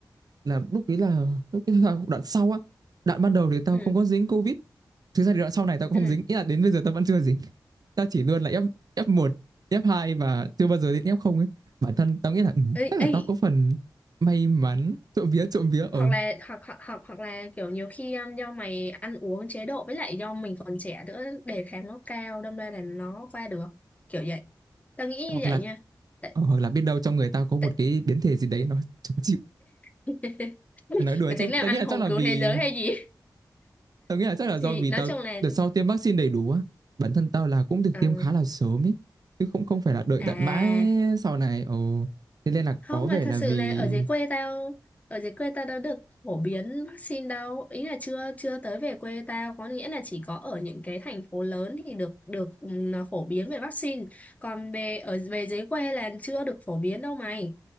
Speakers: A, on the right; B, on the left.
A: là lúc đấy là lúc đấy là đoạn sau á. Đoạn ban đầu thì tao
B: ừ
A: không có dính Covid. Thực ra thì đoạn sau này tao cũng
B: ừ.
A: không dính, ý là đến bây giờ tao vẫn chưa dính. Tao chỉ luôn là F f một, f hai và chưa bao giờ đến f không ấy. Bản thân tao nghĩ là ừ,
B: ê,
A: chắc là tao
B: ê.
A: có phần may mắn trộm vía trộm vía ở
B: hoặc là hoặc hoặc hoặc hoặc là kiểu nhiều khi um, do mày ăn uống chế độ với lại do mình còn trẻ nữa đề kháng nó cao đâm ra là nó qua được kiểu vậy tao nghĩ
A: hoặc
B: như vậy
A: là
B: nha tại,
A: Ờ, hoặc là biết đâu trong người tao có một
B: tại...
A: cái biến thể gì đấy nó <laughs> chống chịu.
B: <laughs>
A: Nói đùa
B: mày tính
A: chứ,
B: làm
A: tao
B: anh
A: nghĩ là
B: hùng
A: chắc là
B: cứu
A: vì
B: thế giới hay gì <laughs>
A: tao nghĩ là chắc là do
B: thì
A: vì tao
B: nói chung là
A: đợt sau tiêm vaccine đầy đủ á. Bản thân tao là cũng được
B: ờ,
A: tiêm khá là sớm ấy, chứ không không phải là đợi
B: à
A: tận mãi sau này. Ồ, thế nên là
B: không
A: có vẻ
B: là thật
A: là
B: sự
A: vì
B: là ở dưới quê tao ở dưới quê tao đã được phổ biến vaccine đâu ý là chưa chưa tới về quê tao có nghĩa là chỉ có ở những cái thành phố lớn thì được được ừ, phổ biến về vaccine còn về ở về dưới quê là chưa được phổ biến đâu mày